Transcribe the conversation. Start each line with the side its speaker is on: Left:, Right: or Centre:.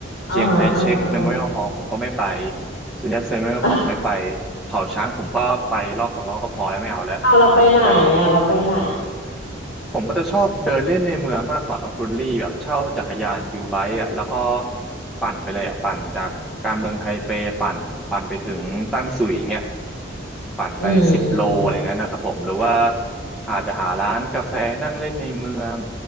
Left: อ่าอ่าอ่า
Centre: เจียงไคเชกเมโมเรียลฮอลผมก็ไม่ไปสุนยัตเซนเมโมเรียลฮอลผมไม่ไป
Left: <laughs>
Centre: เขาช้างผมก็ไปรอบสองรอบก็พอแล้วไม่เอาแล้ว
Left: อ่าเราไปไหนอ่ะเราไปไหน
Centre: แต่ผม ผมก็จะชอบเดินเล่นในเมืองมากกว่าคุณลี่แบบเช่าจักรยานยูไบค์อ่ะแล้วก็ปั่นไปเลยอ่ะปั่นจากการเมืองไทเปปั่นปั่นไปถึงตั้นสุยอย่างเงี้ยปั่นไปสิบโลอะไรเงี้ยนะครับผมหรือว่า
Left: อืมอืม
Centre: อาจจะหาร้านกาแฟนั่งเล่นในเมือง